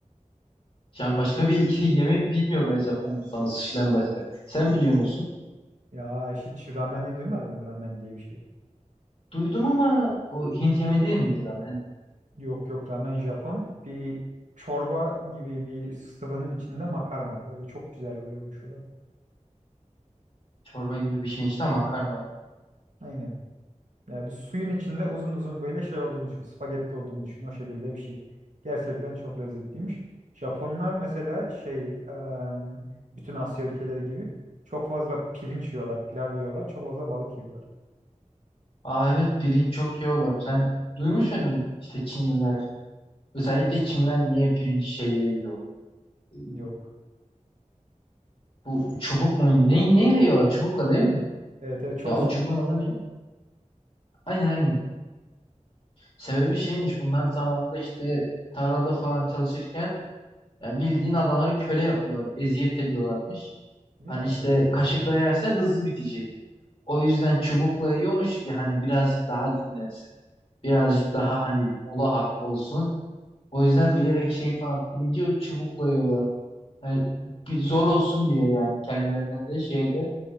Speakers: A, on the left; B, on the right.
A: Yani başka bir <laughs> yemek bilmiyorum ben Japon mutfağı sushi'den başka. Sen biliyor musun?
B: Ya hiç ramen'i duymadın mı ramen diye bir şey?
A: Duydum ama o Hint yemeği değil midir ama? Yani
B: Yok yok ramen Japon. Bir çorba gibi bir sıvının içinde makarna. Böyle çok güzel oluyormuş o da.
A: çorba gibi bir şeyin içinde makarna. var.
B: Aynen. Ya bir suyun içinde uzun uzun böyle şey olduğunu düşün. Spagetti olduğunu düşün. O şekilde bir şey. Gerçekten çok lezzetliymiş. Japonlar mesela şey em, bütün Asya ülkeleri gibi çok fazla pirinç yiyorlar, pilav yiyorlar, çok fazla balık yiyorlar.
A: Aa evet pirinç çok yiyorlar. Sen duymuş muydun işte Çinliler? Özellikle Çinliler niye pirinci şeyle yiyor? Ee,
B: Yok.
A: Bu çubuk mu? Ne, neyle yiyorlar? Çubukla değil mi?
B: Evet, evet chopstick.
A: Ya o çubuğun adı ne? Aynen aynen. Sebebi şeymiş bunlar zamanında işte tarlada falan çalışırken yani bildiğin adamları köle yapıyorlar. Eziyet ediyorlarmış.
B: Ya
A: Hani işte kaşıkla yersen hızlı bitecek. O yüzden çubukla yiyormuş ki hani birazcık daha dinlensin. Birazcık daha hani mola hakkı olsun. O yüzden bilerek şey falan pirinci çubukla yiyorlar. Hani bir zor olsun diye yani kendilerine de şeyde